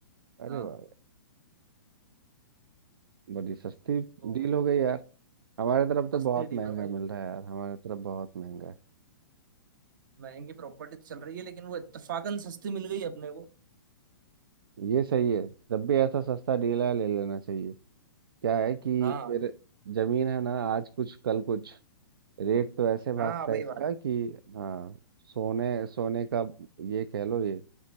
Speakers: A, on the right; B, on the right.
A: अरे
B: हाँ
A: वाह बड़ी सस्ती
B: तो
A: डील हो गई यार हमारे तरफ तो
B: सस्ती
A: बहुत महंगा
B: ठीक है भाई
A: मिल रहा है यार हमारे तरफ बहुत महंगा है
B: महंगी प्रॉपर्टी चल रही है लेकिन वो इत्तेफाकन सस्ती मिल गई अपने को
A: ये सही है जब भी ऐसा सस्ता डील है ले लेना चाहिए क्या है कि
B: हाँ
A: फिर जमीन है ना आज कुछ कल कुछ रेट तो ऐसे भागता
B: हाँ भाई
A: है इसका
B: बात
A: कि हाँ सोने सोने का ये कह लो ये अ,